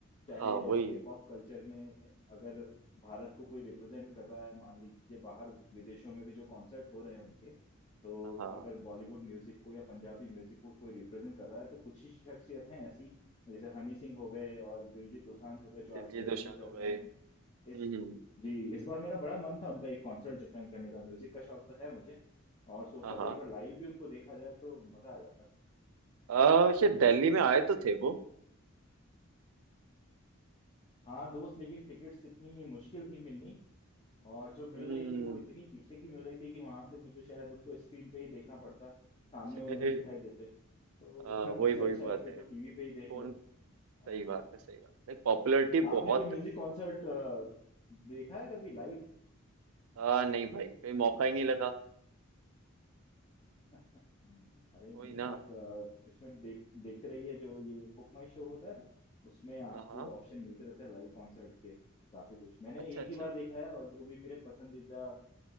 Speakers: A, on the left; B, on the right.
A: चाहे
B: हाँ वही
A: हिप हॉप कल्चर में अगर भारत को कोई रिप्रेजेंट कर रहा है मान लीजिए बाहर विदेशों में भी जो कॉन्सर्ट हो रहे हैं उनके तो
B: हाँ हाँ
A: अगर बॉलीवुड म्यूजिक को या पंजाबी म्यूजिक को कोई रिप्रेजेंट कर रहा है तो कुछ ही शख्सियत हैं ऐसी जैसे हनी सिंह हो गए और दिलजीत दोसांझ हो गए जो
B: दिलजीत
A: आजकल
B: दोसांझ
A: टूर कर
B: हो
A: रहे
B: गए
A: हैं
B: हम्म
A: इस
B: हम्म,
A: जी इस बार मेरा बड़ा मन था उनका एक कॉन्सर्ट ज्वाइन करने का म्यूजिक का शौक तो है मुझे और सोचा
B: हाँ हाँ
A: था एक बार लाइव भी उनको देखा जाए तो मजा आ जाता
B: आ, शायद दिल्ली में आए तो थे वो
A: हाँ दोस्त लेकिन टिकट्स इतनी मुश्किल थी मिलनी और जो मिल
B: हम्म
A: रही थी वो इतनी पीछे की मिल रही थी कि वहां से मुझे शायद उनको स्क्रीन पे ही देखना पड़ता सामने
B: <laughs>
A: वो नहीं दिखाई देते तो
B: आ,
A: <laughs>
B: वही
A: उससे
B: वही
A: अच्छा है
B: बात
A: कि फिर
B: है
A: तो टीवी पे ही देख
B: कौन
A: लो
B: सही
A: आ,
B: बात है सही बात है पॉपुलैरिटी
A: आपने
B: बहुत
A: कोई म्यूजिक कॉन्सर्ट देखा है कभी लाइव
B: आ, नहीं भाई कहीं मौका ही नहीं लगा
A: <laughs> अरे नहीं
B: वही ना
A: आप अ, इसमें देख देखते रहिए जो ये बुक माई शो होता है ना उसमें आपको
B: हाँ हाँ
A: ऑप्शन मिलते रहते हैं लाइव कॉन्सर्ट के काफी कुछ मैंने
B: अच्छा
A: एक
B: अच्छा
A: ही बार देखा है और जो भी मेरे पसंदीदा अ,